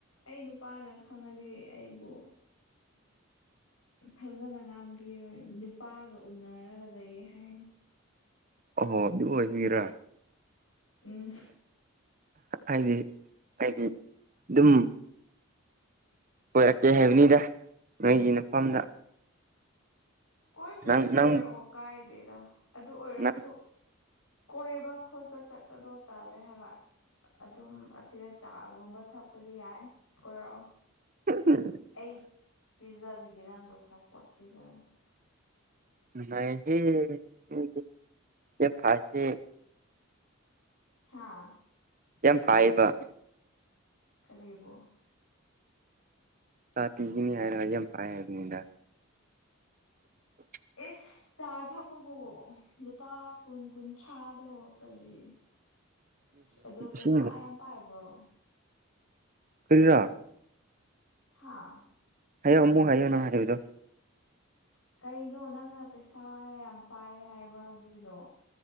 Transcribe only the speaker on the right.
ꯑꯍꯣ ꯑꯗꯨ ꯑꯣꯏꯕꯒꯤꯔꯥ
ꯑꯩꯗꯤ ꯑꯩꯗꯤ ꯗꯨꯝ ꯀꯣꯏꯔꯛꯀꯦ ꯍꯥꯏꯕꯅꯤꯗ ꯅꯣꯏꯒꯤ ꯅꯐꯝꯗ
ꯅꯪ
ꯅꯪ
ꯅꯪ
<inaudible> <inaudible>
ꯅꯩꯍꯦ ꯃꯤꯗꯤ ꯌꯥꯝ ꯐꯥꯏꯍꯦ
ꯌꯥꯝ ꯐꯥꯌꯦꯕ
ꯆꯥ ꯄꯤꯒꯤꯅꯤ ꯍꯥꯏꯔꯒ ꯌꯥꯝ ꯐꯥꯌꯦ ꯍꯥꯏꯕꯅꯤꯗ <unintelligible>
ꯁꯤ
ꯀꯔꯤꯔꯥ
ꯍꯥꯏꯌꯣ ꯑꯃꯨꯛ ꯍꯥꯏꯌꯣ ꯅꯪ ꯍꯥꯏꯕꯗꯣ